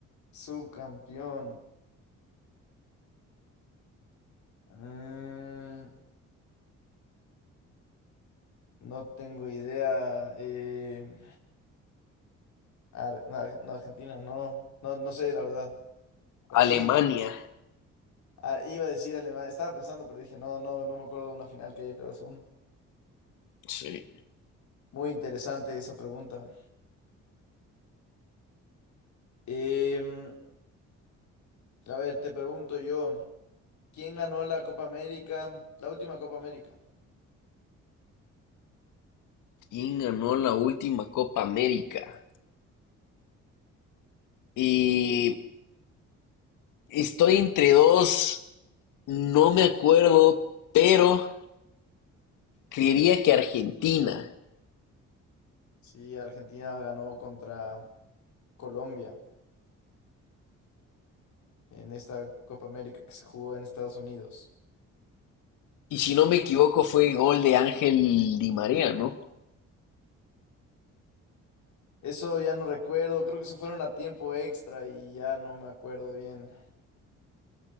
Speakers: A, on the left (about 70°); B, on the left (about 85°).
A: subcampeón? Mm, no tengo idea. eh, Ar- no, Ar- no, Argentina, no. No, no sé, la verdad. Brasil.
B: Alemania.
A: Ah, iba a decir Alemania. Estaba pensando, pero dije, no, no, no me acuerdo de una final que haya quedado segundo.
B: Sí.
A: Muy interesante esa pregunta. Em, a ver, te pregunto yo. ¿Quién ganó la Copa América? La última Copa América.
B: ¿Quién ganó la última Copa América? Y estoy entre dos, no me acuerdo, pero creería que Argentina.
A: Sí, Argentina ganó contra Colombia en esta Copa América que se jugó en Estados Unidos.
B: Y si no me equivoco, fue gol de Ángel Di María, ¿no?
A: Eso ya no recuerdo, creo que se fueron a tiempo extra y ya no me acuerdo bien.